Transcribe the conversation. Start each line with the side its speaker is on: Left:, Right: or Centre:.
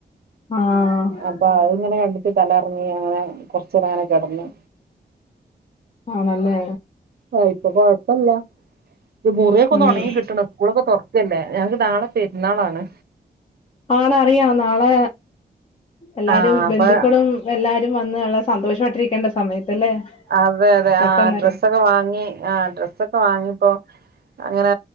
Left: ആഹ്
Right: അപ്പൊ അതിങ്ങനെ കണ്ടിട്ട് തലകറങ്ങി അങ്ങനെ കൊറച്ച് നേരം അങ്ങനെ കിടന്നു
Left: ആണല്ലേ
Right: ആഹ് ഇപ്പൊ കൊഴപ്പില്ല ഇത് മുറിയൊക്കൊന്ന്
Left: ഉം
Right: ഉണങ്ങി കിട്ടണം സ്കൂളൊക്കെ തൊറക്കല്ലേ ഞങ്ങൾക്ക് നാളെ പെരുന്നാളാണ്
Left: ആണ് അറിയാം നാളെ എല്ലാരും
Right: ആഹ് അപ്പൊ
Left: ബന്ധുക്കളും എല്ലാരും വന്ന് നല്ല സന്തോഷായിട്ടിരിക്കേണ്ട സമയത്തല്ലേ.
Right: അതെ അതെ
Left: പെട്ടെന്നൊരു
Right: ആഹ് ഡ്രസ്സൊക്കെ വാങ്ങി ആഹ് ഡ്രസ്സൊക്കെ വാങ്ങിപ്പൊ അങ്ങനെ